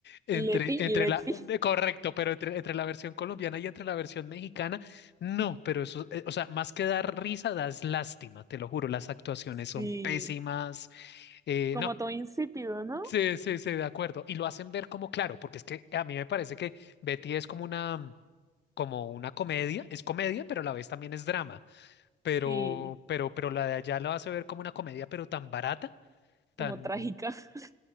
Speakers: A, on the left; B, on the right.
A: entre,
B: Leti
A: entre
B: y Betty,
A: la, de- correcto, pero entre, entre la versión colombiana y entre la versión mexicana, no, pero eso, eh, o sea, más que dar risa, das lástima, te lo juro, las actuaciones son
B: sí,
A: pésimas, eh,
B: como
A: no.
B: todo insípido, ¿no?
A: Sí, sí, sí, de acuerdo. Y lo hacen ver como claro, porque es que a mí me parece que Betty es como una, como una comedia, es comedia, pero a la vez también es drama. Pero,
B: Sí,
A: pero, pero la de allá lo hace ver como una comedia, pero tan barata, tan,
B: como trágica. <laughs>